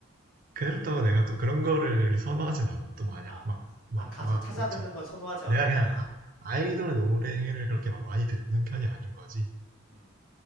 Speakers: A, on the right; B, on the left.
A: 그렇다고 내가 또 그런 거를 선호하진 않아 또 마냥
B: 아,
A: 막막막
B: 아 가서 찾아
A: 엄청
B: 듣는 건 선호하지 않고
A: 내가 그냥
B: 그냥.
A: 아- 아이돌 노래를 그렇게 막 많이 듣는 편이 아닌 거지
B: 음.